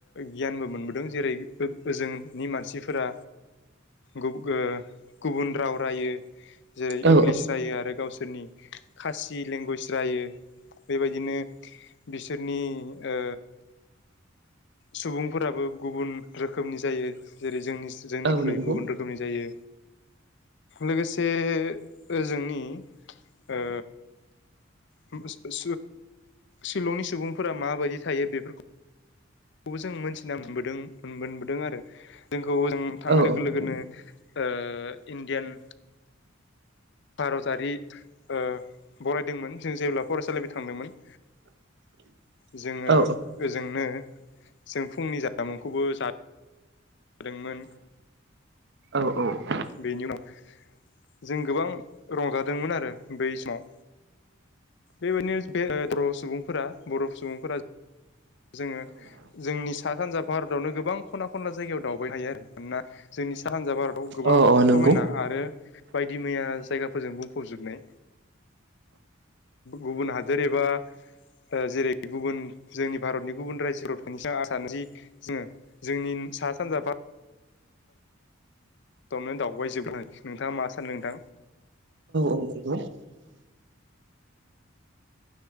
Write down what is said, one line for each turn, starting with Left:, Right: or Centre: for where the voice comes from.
Left: गियानबो मोन बोदों जेरै ओजोंनि मानसिफोरा गु ओ गुबुन राव रायो जेरै
Right: औ
Left: इंलिस रायो आरो गावसोर सोरनि खासि लेंगुवेज रायो। बेबायदिनो बिसोरनि ओ सुबुंफोराबो गुबुन रोखोमनि जायो जेरै जोंनि जोंनिख्रुइ
Right: औ नंगौ
Left: गुबुन रोखोमनि जायो लोगोसे ओजोंनि ओ <unintelligible> शिलंनि सुबुंफोरा माबायदि थायो बेफोरखौ बेखौबो जों मोनथिना मोनबोदों मोनबोदों आरो जों खौ जों थांनाय
Right: औ
Left: लोगो लोगोनो ओ इण्डियान भारतारि ओ बरायदोंमोन जों जेब्ला फरायसालिनिफाय थांदोंमोन
Right: <inaudible>
Left: जोङो
Right: औ
Left: ओजोंनो जों फुंनि जामामुंखौबो जादोंमोन
Right: औ औ।
Left: बेनि उनाव जों गोबां रंजादोंमोन आरो बै समाव। बेबायदिनो बे बर' सुबुंफोरा बर' सुबुंफोरा जोङो जोंनि सा सानज भारतावनो गोबां खना खनला जायगायाव दावबाय हायो आरो मानोना जोंनि सा सानजा भारत। याव गोबां
Right: औ औ नंगौ
Left: समायना आरो। बायदि मैया जायगाफोरजों बुंफबजोबनाय गुबुन हादोर एबा ओ जेरै गुबुन जोंनि भारतनि गुबुन रायजोफोराव थांनिस आं सानो जि जोङो जोंनि सा सानजा बा आवनो दावबाय जोबनाय नोंथाङा मा सानो नोंथां।
Right: <inaudible>